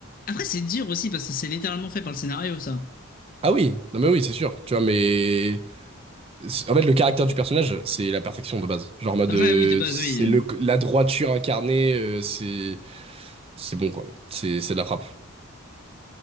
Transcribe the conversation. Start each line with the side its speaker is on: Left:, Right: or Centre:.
Left: après, c'est dur aussi parce que c'est littéralement fait par le scénario, ça.
Right: Ah oui, non mais oui, c'est sûr. Tu vois, mais. c'est- En fait, le caractère du personnage, c'est la perfection de base. Genre, en mode.
Left: Après,
Right: euh,
Left: oui, de base,
Right: c'est
Left: oui. euh,
Right: le, la droiture incarnée, euh, c'est. C'est bon, quoi. C'est c'est de la frappe.